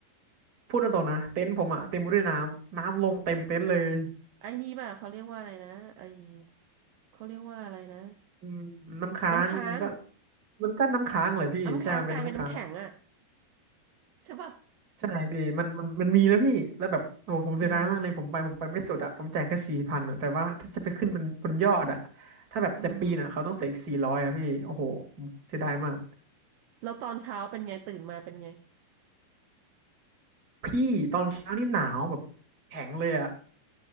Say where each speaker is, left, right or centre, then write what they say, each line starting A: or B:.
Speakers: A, on the right; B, on the right.
A: พูดตรงๆนะเต็นท์ผมอ่ะเต็มไปด้วยน้ำน้ำลงเต็มเต็นท์เลย
B: ไอ้นี่ป่ะเขาเรียกว่าอะไรนะไอ้เขาเรียกว่าอะไรนะ
A: อืมน้ำค้างมันก็
B: น้ำค้าง
A: มันก็น้ำค้างเลยพี่ใช่มันเป็นน้ำค้าง
B: น้ำค้างกลายเป็นน้ำแข็งอ่ะใช่ป่ะ
A: ใช่พี่มันมันมันมีแล้วพี่แล้วแบบโอ้ผมเสียดายมากเลยผมไปผมไปไม่สุดอะผมจ่ายแค่สี่พันอะแต่ว่าถ้าจะไปขึ้นบนบนยอดอะ
B: เออ
A: ถ้าแบบจะปีนอะเขาต้องเสียอีกสี่ร้อยอะพี่โอ้โหผมเสียดายมาก
B: อืมแล้วตอนเช้าเป็นไงตื่นมาเป็นไง
A: พี่ตอนเช้านี่หนาวแบบแข็งเลยอะ